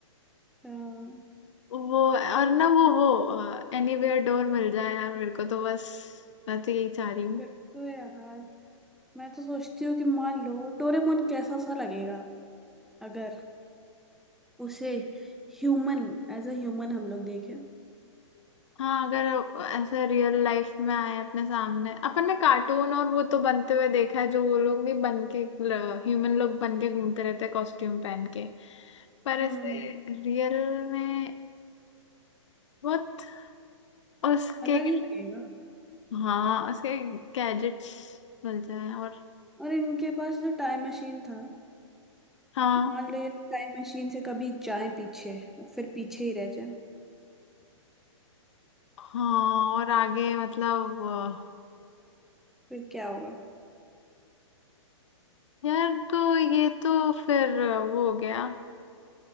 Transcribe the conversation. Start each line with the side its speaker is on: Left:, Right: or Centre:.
Centre: हाँ,
Left: वो और ना वो वो एनीवेयर डोर मिल जाए यार मेरे को तो बस मैं तो यही चाह रही
Centre: फिर तो यार मैं तो सोचती हूँ कि मान लो डोरेमोन कैसा सा लगेगा अगर उसे ह्यूमन एज अ ह्यूमन हम लोग देखें
Left: हाँ अगर ऐसा रियल लाइफ में आए अपने सामने अपन ने कार्टून और वो तो बनते हुए देखा है जो वो लोग भी बन के ह्यूमन लोग बन के घूमते रहते हैं कॉस्ट्यूम पहन के पर
Centre: हम्म
Left: ऐसे रियल में बहुत और उसके
Centre: अलग ही लगेगा
Left: हाँ उसके गैजेट्स मिल जाए और
Centre: और इनके पास जो टाइम मशीन था
Left: हाँ
Centre: मान लो ये टाइम मशीन से कभी जाए पीछे फिर पीछे ही रह जाए
Left: हाँ और आगे मतलब अ,
Centre: फिर क्या होगा
Left: यार तो ये तो फिर अ, वो हो गया